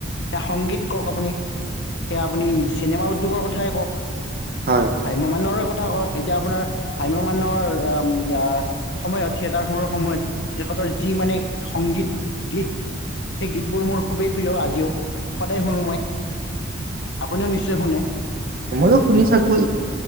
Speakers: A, on the left; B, on the right.
A: সেয়া সংগীত কওক আপুনি, সেয়া আপুনি চিনেমা উদ্যোগৰ কথাই কওঁক
B: হয়
A: ভাম্যমানৰে ক কথা কওঁক এতিয়া আপোনাৰ ভাম্যমানৰ অ' আ সময়ত থিয়েটাৰ সূৰৰ সময়ত তেখেতৰ যি মানে সংগীত গীত সেই গীতবোৰ মোৰ খুবেই প্ৰিয় আজিও। সদায় শুনো মই। আপুনিও নিশ্চয় শুনে?
B: মইও শুনি থাকো।